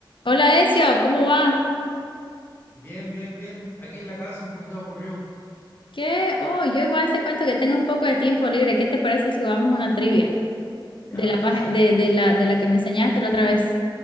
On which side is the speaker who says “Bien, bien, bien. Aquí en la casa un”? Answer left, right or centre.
Left